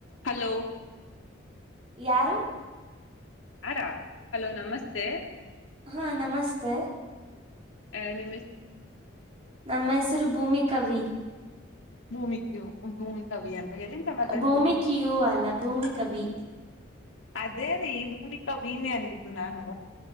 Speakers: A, on the left; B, on the right.
A: ಹಲೋ
B: ಯಾರು
A: ಯಾರಾ ಹಲೋ ನಮಸ್ತೆ
B: ಹಾ ನಮಸ್ತೆ
A: ಆ ನಿಮ್ಮ ಹೆಸರು
B: ನಮ್ಮ ಹೆಸರು ಭೂಮಿಕ ವಿ
A: ಭೂಮಿ ಭೂಮಿಕ ವಿ ಅಂತ ಎಲ್ಲಿಂದ ಮಾತಾಡ್ತಿರೋದು
B: ಭೂಮಿ ಕ ಯೂ ಅಲ್ಲ ಭೂಮಿಕ ವಿ
A: ಅದೇ ರೀ ಭೂಮಿಕಾ ವಿ ನೇ ಅಂದಿದ್ದು ನಾನು